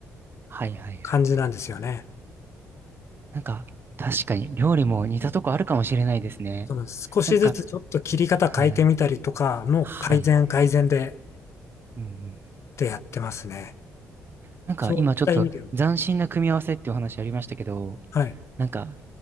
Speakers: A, on the right; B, on the left.
A: はいはいはい。
B: 感じなんですよね。
A: なんか、確かに料理も似たとこあるかもしれないですね。
B: その少しずつちょっと切り方変えてみたりとかの改善改善で、
A: なんか、はい。はいはい。うんうん。
B: でやってますね。
A: なんか今ちょっと斬新な組み合わせってお話ありましたけど、
B: そういった意味で、うん、はい、
A: なんか、